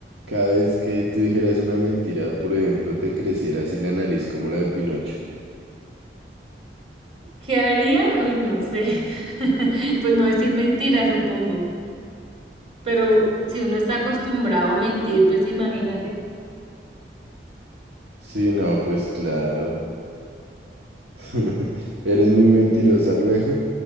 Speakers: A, on the right (about 75°); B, on the right (about 30°).
A: cada vez que tú dijeras una mentira, por ejemplo, te creciera así la nariz como la de Pinocho?
B: ¿Qué haría? Uy, no sé. <laughs> Pues no decir mentiras, supongo. Pero si uno está acostumbrado a mentir, pues imagínate.
A: Sí, no, pues claro. <laughs> Eres muy mentirosa luego.